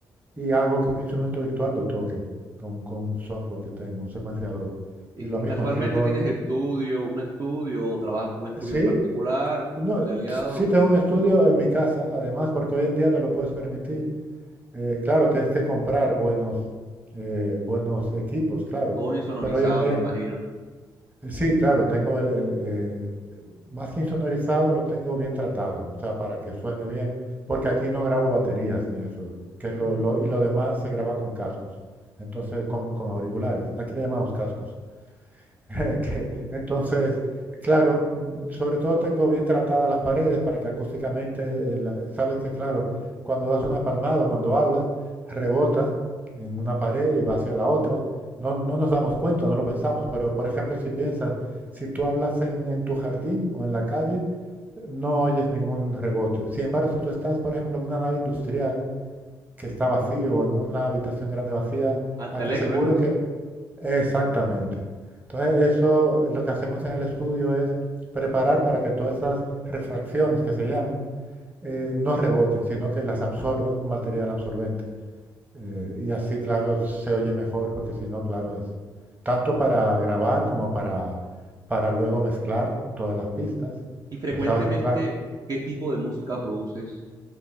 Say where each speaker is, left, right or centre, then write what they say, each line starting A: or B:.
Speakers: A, on the right; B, on the right.
A: y hago que un instrumento virtual lo toque con, con un software que tengo, un secuenciador.
B: Y,
A: Y lo
B: y
A: mismo,
B: casualmente
A: escribo
B: tienes estudio, un estudio, o trabajas con un estudio
A: Sí,
B: en particular
A: no,
B: de aliados,
A: sí tengo un estudio en mi casa, además, porque hoy en día te lo puedes permitir. Eh, claro, tienes que comprar buenos, eh, buenos equipos, claro.
B: todo insonorizado,
A: Pero hoy en día,
B: me imagino.
A: eh, sí, claro, tengo el, el, eh, más que insonorizado, lo tengo bien tratado, o sea, para que suene bien, porque aquí no grabo baterías ni eso, que es lo,
B: Ujú.
A: lo- y lo demás se graba con cascos, entonces con, con auriculares. Aquí le llamamos cascos. <laughs> Que, entonces, claro, sobre todo tengo bien tratadas las paredes para que acústicamente, eh, la- sabes que, claro, cuando das una palmada o cuando hablas, rebota en una pared y va hacia la otra. No, no nos damos cuenta, no lo pensamos, pero por ejemplo, si piensas, si tú hablas en, en tu jardín o en la calle, no oyes ningún rebote. Sin embargo, si tú estás, por ejemplo, en una nave industrial, que está vacío, en una habitación grande vacía,
B: Al
A: a
B: teléfono
A: que seguro
B: lo escuchas.
A: que... Exactamente. Entonces, eso es lo que hacemos en el estudio es preparar para que todas esas refracciones que se llaman eh, no reboten, sino que las absorba un material absorbente. Eh, y así, claro, se oye mejor, porque si no, claro, es tanto para grabar como para, para luego mezclar todas las pistas.
B: Y frecuentemente,
A: Pues sabes que, claro.
B: ¿qué tipo de música produces